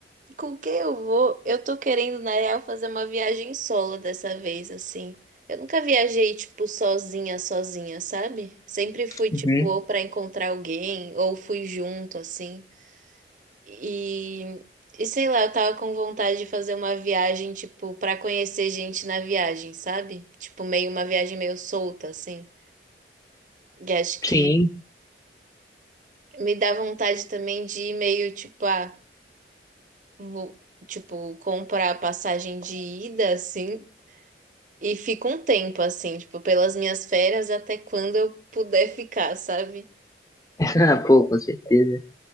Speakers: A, on the right; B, on the left.
A: Com quem eu vou? Eu tô querendo, na real, fazer uma viagem solo dessa vez, assim. Eu nunca viajei, tipo, sozinha, sozinha, sabe? Sempre fui, tipo,
B: Uhum,
A: ou pra encontrar alguém, ou fui junto, assim. E, e sei lá, eu tava com vontade de fazer uma viagem, tipo, pra conhecer gente na viagem, sabe? Tipo, meio uma viagem meio solta, assim. E acho
B: sim.
A: que me dá vontade também de ir meio, tipo, ah, vou, tipo, comprar passagem de ida, assim. E fico um tempo assim, tipo, pelas minhas férias até quando eu puder ficar, sabe?
B: <laughs> Ah, Pô, com certeza.